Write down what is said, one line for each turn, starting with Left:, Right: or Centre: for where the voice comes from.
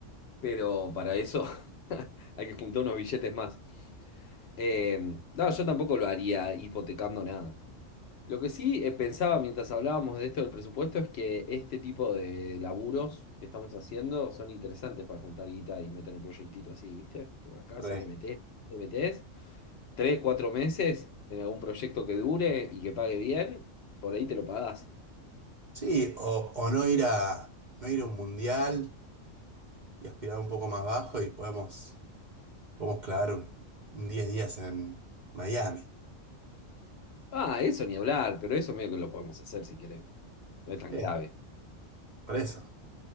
Left: Pero para eso <laughs> hay que juntar unos billetes más. Eh, no, yo tampoco lo haría hipotecando nada. Lo que sí eh, pensaba mientras hablábamos de esto del presupuesto es que este tipo de laburos que estamos haciendo son interesantes para juntar guita y meter un proyectito así, ¿viste? Porque acá
Right: Re.
Left: si le metés, le metés tres, cuatro meses en algún proyecto que dure y que pague bien, por ahí te lo pagás.
Right: Sí, o, o no ir a, no ir a un mundial y aspirar un poco más bajo y podemos, podemos clavar un, un 10 días en Miami.
Left: Ah, eso ni hablar, pero eso medio que lo podemos hacer si queremos. No es tan
Right: Sí,
Left: grave.
Right: por eso.